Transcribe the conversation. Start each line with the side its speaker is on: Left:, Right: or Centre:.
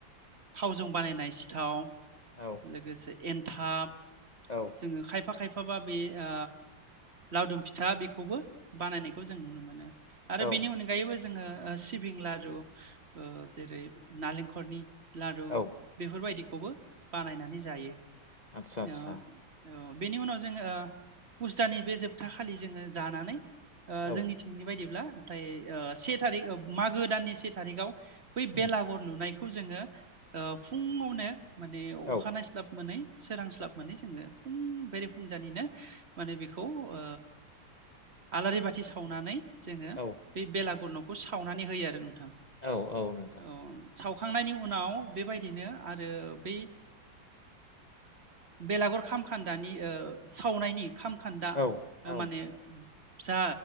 Right: थावजों बानायनाय सिथाव
Left: औ
Right: लोगोसे एन्थाब
Left: औ
Right: जोङो खायफा खायफाबा बे ओ लावदुम फिथा बेख खौबो बानायनाय खौ जों नुनो मोनो आरो
Left: औ
Right: बेनि अनगायैबो ज जोङो ओ सिबिं लारु ओ‌ जेरै नालेंखरनि लारु
Left: औ
Right: बेफोरबायदिखौबो बानायनानै नि जायो।
Left: आथसा आथसा
Right: ओ औ बेनि उनाव जोङो ओ पुस्त दाननि बे जोबथा खालि जोङो जानानै ओ
Left: औ
Right: जोंनिथिंनि बायदिब्ला ओमफ्राय ओ से थारिख मागो दाननि से थारिखाव बै
Left: उम
Right: बेलागर लुनायखौ खौ जोङो ओ फुङावनो माने
Left: औ
Right: अखा नायस्लाब मोनै सोरांस्लाब मोनै जोङो फुं बेरे फुंजानिनो माने बेखौ ओ आलारि बाथि सावनानै जोङो
Left: औ
Right: बै बेलागुर न' बेखौ सावनानै होयो आरो नोंथां
Left: औ औ नोंथां
Right: औ सावखांनायनि उनाव बेबायदिनो आरो बै बेलागुर खाम खान्दानि ओ सावनायनि खामखोन्दा
Left: औ औ
Right: ओ माने जा